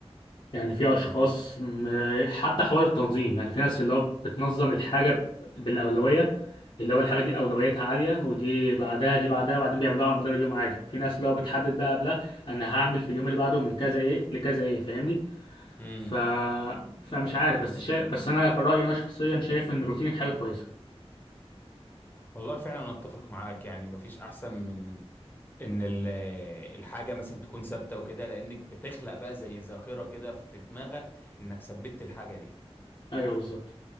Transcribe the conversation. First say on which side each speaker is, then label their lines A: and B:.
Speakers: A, on the left; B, on the left.
A: يعني في اشخاص م- حتى حوار التنظيم يعني في ناس اللي هو بتنظم الحاجه بالاولويه اللي هو الحاجه دي اولويتها عاليه ودي بعدها دي بعدها وبعدين بيعملوها على مدار اليوم عادي في ناس اللي هو بتحدد بقى قبلها انا هعمل في اليوم اللي بعده من كذا ايه لكذا ايه فاهمني
B: امم
A: ف... فمش عارف بس شا... بس انا رايي انا شخصيا شايف ان الروتين حاجه كويسه
B: والله فعلا انا اتفق معاك يعني مفيش احسن من ان ال- الحاجة مثلا تكون ثابتة وكده لانك بتخلق بقى زي ذاكرة كده في دماغك انك ثبتت الحاجة دي
A: ايوه بالظبط